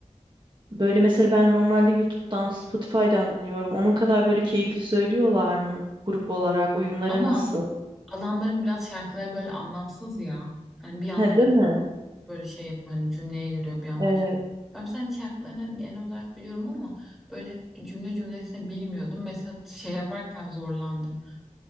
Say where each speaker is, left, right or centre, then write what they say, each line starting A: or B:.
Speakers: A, on the right; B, in the centre.
A: Böyle mesela ben normalde YouTube'dan, Spotify'dan dinliyorum. Onun kadar böyle keyifli söylüyorlar mı? Grup olarak uyumları
B: Ama
A: nasıl?
B: Adamların biraz şarkıları böyle anlamsız ya. Hani bir anda
A: He
B: mesela
A: değil mi?
B: böyle şey yapıyor hani cümleye giriyor bir anda.
A: Evet.
B: şa- Ben mesela hani şarkılarını hani genel olarak biliyorum ama böyle cümle cümlesine bilmiyordum. Mesela şey yaparken zorlandım.